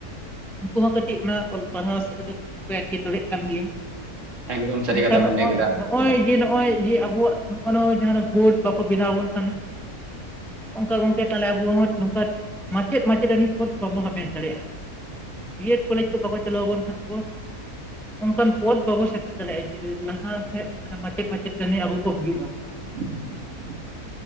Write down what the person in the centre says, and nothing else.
ᱩᱱᱠᱩ ᱦᱚᱸ ᱠᱟᱹᱴᱤᱡ ᱚᱱᱟ ᱚᱞᱚᱜ ᱯᱟᱲᱦᱟᱣ ᱥᱮᱫ ᱫᱚ ᱠᱚ ᱮᱸᱴᱠᱮᱴᱚᱲᱮᱜ ᱠᱟᱱ ᱜᱮᱭᱟ
ᱢᱮᱱᱠᱷᱟᱱ
ᱱᱚᱜᱼᱚᱭ
ᱱᱚᱜᱼᱚᱭ ᱡᱮ ᱱᱚᱜᱼᱚᱭ ᱡᱮ ᱟᱵᱚᱣᱟᱜ ᱱᱚᱜ ᱱᱚᱣᱟ ᱡᱟᱦᱟᱸᱱᱟᱜ ᱵᱳᱴ ᱵᱟᱠᱚ ᱵᱮᱱᱟᱣ ᱵᱚᱱ ᱠᱟᱱᱟ ᱚᱱᱠᱟ ᱜᱚᱝᱠᱮ ᱛᱟᱦᱚᱞᱮ ᱟᱵᱚ ᱦᱚᱸ ᱱᱚᱝᱠᱟ ᱢᱟᱪᱮᱫ ᱢᱟᱪᱮᱛᱟᱹᱱᱤ ᱯᱚᱫ ᱵᱟᱵᱚᱱ ᱦᱟᱢᱮᱴ ᱫᱟᱲᱮᱭᱟᱜᱼᱟ ᱵᱤᱭᱮᱰ ᱠᱚᱞᱮᱡᱽ ᱠᱚ ᱵᱟᱠᱚ ᱪᱟᱹᱞᱩᱣᱟᱵᱚᱱ ᱠᱷᱟᱱ ᱟᱵᱚ ᱚᱱᱠᱟᱱ ᱯᱚᱫ ᱵᱟᱵᱚ ᱥᱮᱴᱮᱨ ᱫᱟᱲᱮᱭᱟᱜᱼᱟ ᱡᱮ ᱞᱟᱦᱟᱥᱮᱫ ᱢᱟᱪᱮᱫ ᱢᱟᱪᱮᱛᱟᱹᱱᱤ ᱟᱵᱚ ᱵᱚ ᱦᱩᱭᱩᱜᱼᱟ